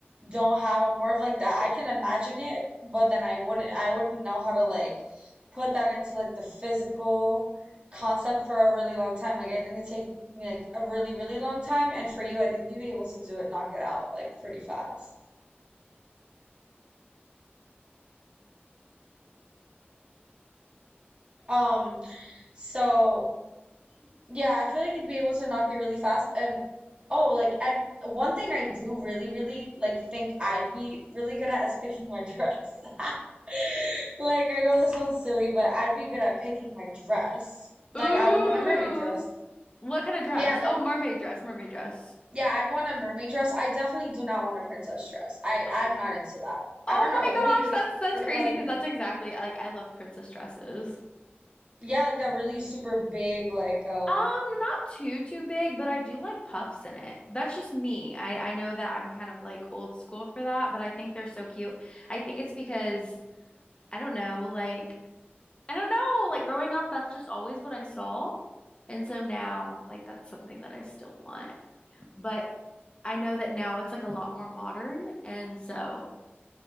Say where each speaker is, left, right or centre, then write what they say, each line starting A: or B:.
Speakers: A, on the right (about 30°); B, on the left (about 25°).
A: don't have. I'm more of like that. I can imagine it, but then I wouldn't I wouldn't know how to like put that into like the physical concept for a really long time. Like I think it'd take me like a really, really long time. And for you, I think you'd be able to do it, knock it out like pretty fast. Um, so Yeah, I feel like you'd be able to knock it really fast. And oh, like, and one thing I do really, really like think I'd be really good at is picking my dress. <laughs> Like, I know that sounds silly, but I'd be good at picking my dress. Like,
B: Ooh.
A: I would want a mermaid dress.
B: What kind of dress?
A: Yeah, like,
B: Oh, mermaid dress, mermaid dress.
A: yeah, I'd want a mermaid dress. I definitely do not want a princess dress. I,
B: <gasps>
A: I'm not into that.
B: Oh
A: I don't know.
B: my
A: What
B: gosh,
A: do you, what do
B: that's
A: you,
B: that's
A: what
B: crazy
A: about
B: because
A: you?
B: that's exactly like I love princess dresses.
A: Yeah, like that really super big, like, uh,
B: Um, not too too big, but I do like puffs in it. That's just me. I I know that I'm kind of like old school for that, but I think they're so cute. I think it's because I don't know, like I don't know, like growing up, that's just always what I saw. And so now, like that's something that I still want. But I know that now it's like a lot more modern, and so